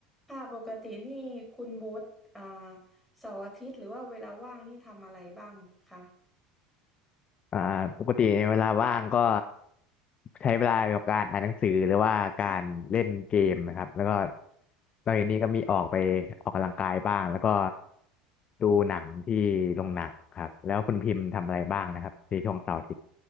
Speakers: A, in the centre; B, on the left.
A: ค่ะปกตินี่คุณโบ๊ทอ่าเสาร์อาทิตย์หรือว่าเวลาว่างนี่ทำอะไรบ้างคะ
B: อ่าปกติในเวลาว่างก็ใช้เวลากับการอ่านหนังสือหรือว่าการเล่นเกมนะครับแล้วก็
A: อืม
B: นอกจากนี้ก็มีออกไปออกกำลังกายบ้างแล้วก็ดูหนังที่โรงหนังครับแล้วคุณพิมพ์ทำอะไรบ้างนะครับในช่วงเสาร์อาทิตย์